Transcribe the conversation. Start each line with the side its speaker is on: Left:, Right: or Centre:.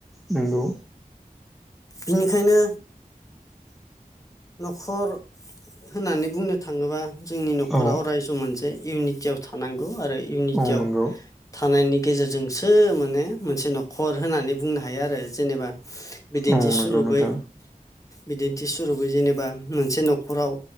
Centre: नोंगौ
Left: बिनिखायनो न'खर होननानै बुंनो थाङोबा जोंनि न'खरा
Centre: औ
Left: अराय सम मोनसे इउनिटियाव थानांगौ आरो इउनिटियाव
Centre: औ नंगौ
Left: थानायनि गेजेरजोंसो माने मोनसे न'खर होननानै बुंनो हायो आरो जेनेबा बिदिन्थि
Centre: औ नंगौ
Left: सुरुपै
Centre: नोंथां
Left: बिदिन्थि सुरुपै जेनेबा मोनसे न' खराव